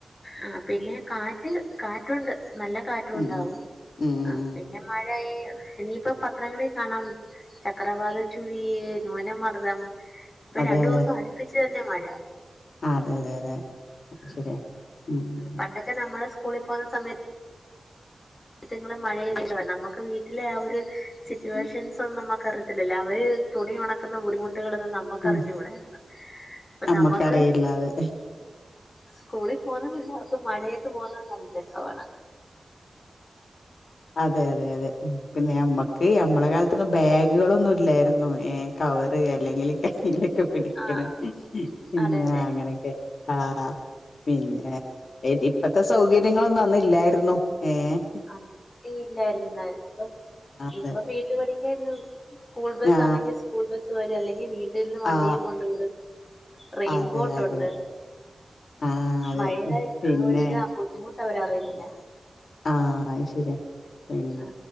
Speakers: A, on the left; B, on the left.
A: ആ പിന്നെ കാറ്റ് കാറ്റുണ്ട് നല്ല കാറ്റുണ്ടാവും
B: ഉം ഉം ഉം
A: അ
B: ഉം.
A: പിന്നെ മഴയി ഇനിയിപ്പ പത്രങ്ങളിൽ കാണാം ചക്രവാത ചുഴി, ന്യൂനമർദ്ദം പ്പ
B: അതെ
A: രണ്ടൂസം
B: അതെ
A: അടുപ്പിച്ച് തന്നെ മഴ
B: ആ തെ തെ തെ
A: ഉം
B: ശരിയാ ഉം ഉം
A: പണ്ടൊക്കെ നമ്മള് സ്കൂളിൽ പോന്ന സമയ <unintelligible> നമുക്ക് വീട്ടിലെ ആ ഒരു സിറ്റുവേഷൻസ്
B: ഉം.
A: ഒന്നും ന ക്കറിത്തില്ലല്ലോ അവര് തുണി ഒണക്കുന്ന ബുദ്ധിമുട്ടുകളൊന്നും നമ്മക്കറിഞ്കൂടായിര്ന്നു
B: ഉം.
A: പ്പ
B: നമ്മക്കറിയില്ല
A: നമ്മക്ക്
B: അതെ
A: സ്കൂളിൽ പോന്ന പിള്ളേർ ക്ക് മഴയത്ത് പോവുന്നെ നല്ല രസവാണ്
B: അതെ അതെ അതെ പിന്നെ ഞമ്മക്ക് ഞമ്മളെ കാലത്തൊന്നും ബാഗുകളൊന്നും ല്ലായിരുന്നു ഏഹ് കവറ് അല്ലെങ്കിൽ കൈയിൽ ക്കെ പിടിക്ക്‌ണ
A: ആഹ് ആഹ്
B: പിന്നാ
A: അതെ അതെ
B: ങ്ങനൊക്കെ ആ പിന്നെ ഇപ്പത്തെ സൗകര്യങ്ങളൊന്നും അന്നില്ലായിർന്നു ഏഹ്
A: ആഹ് ഇല്ലായിരുന്നു <unintelligible>
B: അതെ
A: ഇപ്പം മേത് <unintelligible> പടിക്കെ നിന്നുംസ്കൂൾ ബസാന്നെങ്കിൽ
B: ആ
A: സ്കൂൾ ബസ് വരാ അല്ലെങ്കിൽ വീ തിൽ ന്ന് വണ്ടിയിൽ
B: ആ
A: കൊണ്ട് വിടും റെെയിൻകോട്ടുണ്ട്
B: അതെ അതെ ആ അതെ
A: മഴയുടെ
B: പിന്നെ
A: ആ ഒര് ത് ബുദ്ധിമുട്ട് അവരറിയുന്ന് ല്ല
B: ആഹ് ശരിയാ പിന്നെ
A: ആ,